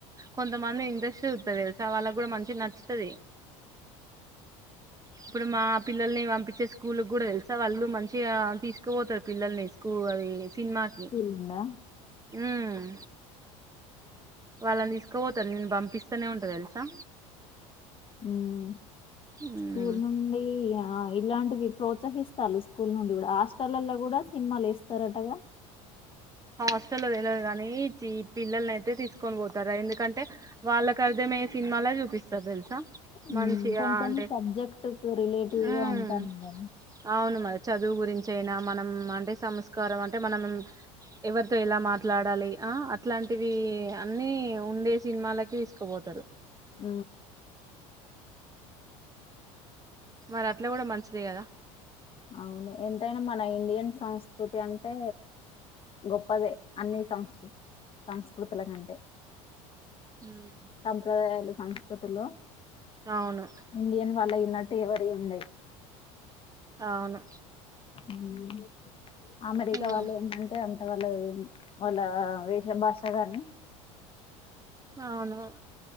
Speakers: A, on the right (about 20°); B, on the left (about 30°).
A: కొంతమంది ఇంట్రైస్ట్ చూతరు తెల్సా వాళ్ళకి కూడా మంచిగ నచ్చుతది ఇప్పుడు మా పిల్లల్ని వంపి వచ్చే స్కూల్ కూడా తెల్సా వాళ్ళు మంచిగా తీసుకుపోతారు పిల్లల్ని స్కూల్ అది సిన్మాకి
B: వుందా
A: ఊమ్ వాళ్ళని తీసుకపోతారు నేను పంపిస్తనే ఉంట తెలుసా
B: ఉమ్
A: ఉమ్
B: స్కూల్ నుండి ఇగ ఆ ఇలాంటివి ప్రోత్సహిస్తళ్లు స్కూల్ నుండి కూడా హాస్టల్లల్ల కూడా సినిమాలేస్తరటగా
A: హాస్టల్లో తెల్వదు కాని జి పిల్లల్నయితే తీసుకొని పోత తరా ఎందుకంటే వాళ్ళకర్దమయ్యే సినిమాలె చూపిస్తారు తెలుస అ
B: ఉమ్,
A: మంచిగా
B: కొంచెం
A: అంటే
B: సబ్జెక్ట్ కు రిలేటివ్
A: ఉమ్
B: గా ఉంటాను కదా
A: అవును మరి చదువు గురించయినా మనం అంటే సంస్కారం అంటే మనం ఎవరితో ఎలా మాట్లాడాలి ఆ అట్లాంటివి అన్నీ ఉండే సినిమాలకి తీసుకుపోతడు
B: ఊ
A: మరట్ల కూడా మంచిదే కదా
B: అవును ఎంతైనా మన ఇండియన్ సంస్కృతి అంటే గొప్పదే అన్ని సంస్కృతి సంస్కృతుల కంటే
A: ఉమ్
B: సంప్రదాయాలు సంస్కృతులు
A: అవును
B: ఇండియన్ వాళ్ళయున్న ట్టు ఎవరియుండై
A: అవును
B: ఉమ్ అమెరికా
A: అయ్యో
B: వాళ్ళు ఏంటంటే అం వాల్లు వాళ్ళ వేష భాష కాని
A: అవును